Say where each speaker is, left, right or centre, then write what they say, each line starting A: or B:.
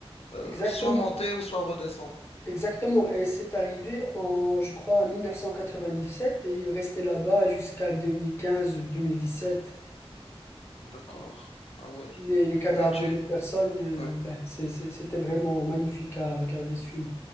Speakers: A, on the left; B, on the left.
A: euh,
B: Exactement.
A: soit monter ou soit redescendre.
B: Exactement. Et c'est arrivé en, je crois, en 1997 et ils restaient là-bas jusqu'à 2015-2017.
A: D'accord. Ah ouais.
B: Les, les cadavres
A: Ouais, tu...
B: des personnes,
A: ouais.
B: euh, ben, c'est- c'est- c'était vraiment magnifique à regarder ce film.